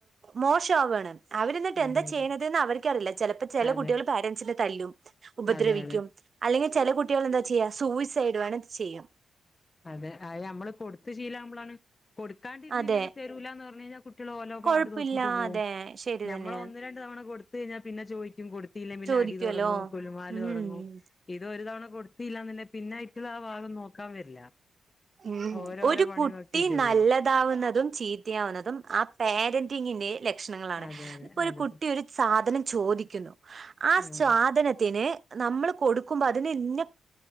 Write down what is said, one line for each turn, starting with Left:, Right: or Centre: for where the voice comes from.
Right: മോശവയാണ് അവർ എന്നിട്ട്
Left: അതെ
Right: എന്താ
Left: അതെ
Right: ചെയ്യണതന്ന് അവർക്ക്റിയില്ല ചിലപ്പോ ചില
Left: അതെ
Right: കുട്ടികൾ പാരൻറ്സിന്റെ തല്ലും ഉപദ്രവിക്കും
Left: അതെ അതെ
Right: അല്ലെങ്കിൽ ചില കുട്ടികൾ എന്താ ചെയ്യാ സൂയിസൈഡ് വേണം ചെയ്യാം
Left: അതെ അത് നമ്മള് കൊടുത്തു ശീലം നമ്മളാണ് കൊടുക്കാണ്ടിരുന്ന
Right: അതെ
Left: എന്തെങ്കില തരൂലന്ന് പറഞ്ഞഞ് കഴിഞ്ഞാൽ കുട്ടികള് ഓലോ
Right: കൊഴപ്പില്ല
Left: പാട് നോക്കിയിട്ട് പോകും
Right: അതെ ശരി
Left: ഞമ്മള്
Right: തന്നെയാണ്
Left: ഒന്ന് രണ്ട് തവണ കൊടുത്ത് കഴിഞ്ഞാൽ പിന്നെ ചോദിക്കും കൊ ത്തിയില്ല പിന്നെ
Right: ചോദിക്കുവല്ലോ
Left: അടി തുടങ്ങും കുലുമാല്
Right: ഉം
Left: തുടങ്ങും ഇത് ഒരു തവണ കൊടുത്തില്ലന്ന്ന്നെ പിന്നെ ഇപ്പൾ ആ ഭാഗം നോക്കാൻ വരില്ല
Right: ഉം
Left: ഓരോരോ
Right: ഒരു
Left: പണി
Right: കുട്ടി
Left: നോക്കിട്ട്
Right: നല്ലതാവുന്നതും
Left: പോവും
Right: ചീത്തയാവുന്നതും ആ പേരൻ്റ് ങ്ങിന്റെ ലക്ഷണങ്ങളാണ്
Left: അതെ
Right: ഇപ്പോ ഒരു
Left: അതെ
Right: കുട്ടി ഒരു സാധനം ചോദിക്കുന്നു ആ സ്വാദനത്തിന്
Left: അതെ അതെ
Right: നമ്മള് കൊടുക്കുമ്പോ അതിന് ഇന്ന